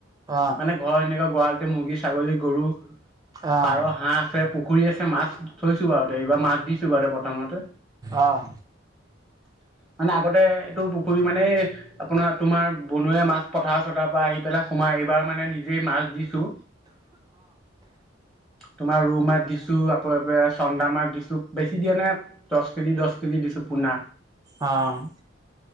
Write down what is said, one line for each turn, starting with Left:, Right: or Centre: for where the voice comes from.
Right: অ',
Centre: মানে ঘৰৰ এনেকুৱা গৰালতে মুৰ্গী, ছাগলী, গৰু।
Right: অ',
Centre: পাৰ, হাঁহ আছে। পুখুৰী আছে মাছ থৈছোঁ বাৰুতে এইবাৰ মাছ দিছোঁ বাৰু প্ৰথমতে।
Right: অ', অ',
Centre: মানে আগতে এইটো- কৰি মানে। আপোনাৰ তোমাৰ বনৰীয়া মাছ পথাৰ চথাৰ পৰা আহি পেলাই সোমাই। এইবাৰ এইবাৰ মানে নিজেই মাছ দিছো। তোমাৰ ৰৌ মাছ দিছো। দিছো আকৌ এইফালে চন্দা মাছ দিছো বেছি দিয়ে নাই। দহ কেজি, দহ কেজি দিছো পোনা।
Right: অ'।